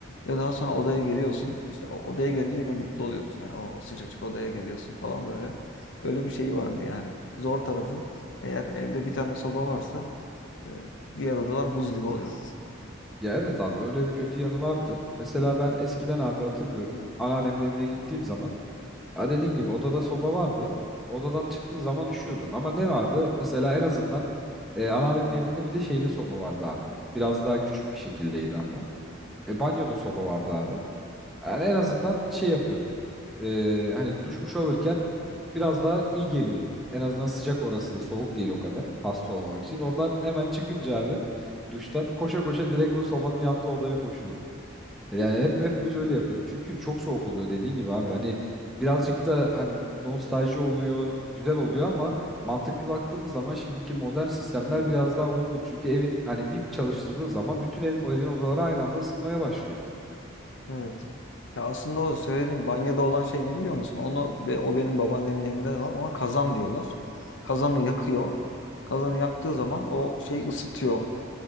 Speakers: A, on the left (about 65°); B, in the centre.
A: ve daha sonra odaya geliyorsun. İşte o odaya gelince yine mutlu oluyorsun yani o sıcacık odaya geliyorsun falan böyle. Öyle bir şey vardı yani. Zor tarafı eğer evde bir tane soba varsa e, diğer odalar buz gibi oluyor.
B: Ya evet abi öyle bir kötü yanı vardı. Mesela ben eskiden abi hatırlıyorum anneannemin evine gittiğim zaman Ha dediğin gibi odada soba vardı. Odadan çıktığın zaman üşüyordun. Ama ne vardı? Mesela en azından e, anneannemin evinde bir de şeyde soba vardı abi. Biraz daha küçük bir şekildeydi ama o. E, banyoda soba vardı abi. Yani en azından şey yapıyordun. E, hani duşmuş alırken biraz daha iyi geliyordu. En azından sıcak orası. Soğuk değil o kadar. Hasta olmamak için. Oradan hemen çıkınca abi duştan koşa koşa direkt o sobanın yanında odaya koşuyordu. Yani hep hepimiz öyle yapıyorduk. Çünkü çok soğuk oluyor dediğin gibi abi. Hani birazcık da hani nostalji oluyor, güzel oluyor ama mantıklı baktığımız zaman şimdiki modern sistemler biraz daha uygun. Çünkü evin hani bir çalıştırdığın zaman bütün ev, o evin odaları aynı anda ısınmaya başlıyor.
A: Evet. Ya aslında o söylediğin banyoda olan şey ne biliyor musun? Onu be- o benim babaannemin evinde de var. Ona kazan diyorlar. Kazanı yakıyor. Kazanı yaktığı zaman o şeyi ısıtıyor.